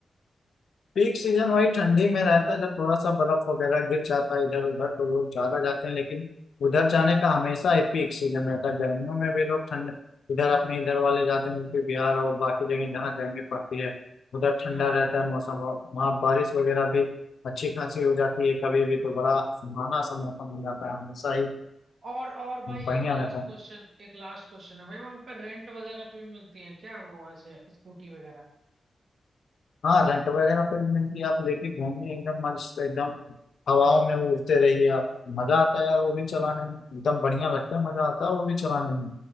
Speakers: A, on the left; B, on the right.
A: पीक सीजन वही ठंडी में रहता है जब थोड़ा सा बर्फ वगैरह गिर जाता है इधर उधर तो लोग ज्यादा जाते हैं लेकिन उधर जाने का हमेशा ही पीक सीजन रहता है गर्मियों में भी लोग ठंड इधर अपने इधर वाले जाते हैं उनके बिहार और बाकी जगह जहाँ गर्मी पड़ती है उधर ठंडा
B: हाँ हाँ
A: रहता
B: हाँ।
A: है मौसम और वहाँ बारिश वगैरह भी अच्छी खासी हो जाती है कभी भी तो बड़ा सुहाना सा मौसम हो जाता है हमेशा ही
B: और और भाई
A: बढ़िया
B: एक लास्ट
A: रहता है
B: क्वेश्चन एक लास्ट क्वेश्चन है भाई वहां पर रेंट वगैरह पे भी मिलती है क्या वो ऐसे स्कूटी वगैरह
A: हाँ रेंट वगैरह पे भी मिलती है आप लेके घूमिए एकदम मस्त एकदम हवाओं में उड़ते रहिए आप मजा आता है यार वो भी चलाने में एकदम बढ़िया लगता है मजा आता है वो भी चलाने में